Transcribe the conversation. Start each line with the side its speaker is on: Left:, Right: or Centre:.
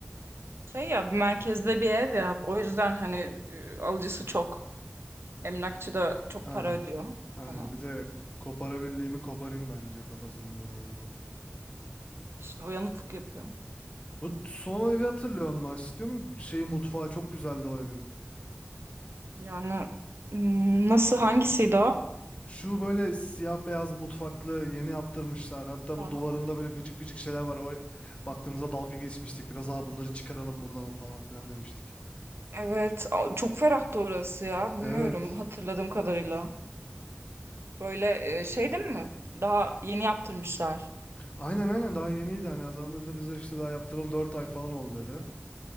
Right: Şey ya merkezde bir ev ya. O yüzden hani e, alıcısı çok. Emlakçı da çok
Left: Ha,
Right: para ödüyor
Left: aynen.
Right: ona.
Left: Bir de koparabildiğimi koparayım bence kafasında biraz da.
Right: İşte uyanıklık yapıyor.
Left: Bu son evi hatırlıyor musun aşkım? Şeyi mutfağı çok güzeldi o evin.
Right: Yani hmm, nasıl hangisiydi o?
Left: Şu böyle siyah beyaz mutfaklı yeni yaptırmışlar. Hatta
Right: Ha,
Left: bu duvarında böyle gıcık gıcık şeyler var. O baktığımızda dalga geçmiştik. Biraz daha bunları çıkaralım buradan falan filan demiştik.
Right: Evet, a- çok ferahtı orası ya. Bilmiyorum
Left: Evet.
Right: hatırladığım kadarıyla. Böyle e, şey değil mi? Daha yeni yaptırmışlar.
Left: Aynen aynen daha yeniydi hani adam da bize işte daha yaptıralı 4 ay falan oldu dedi.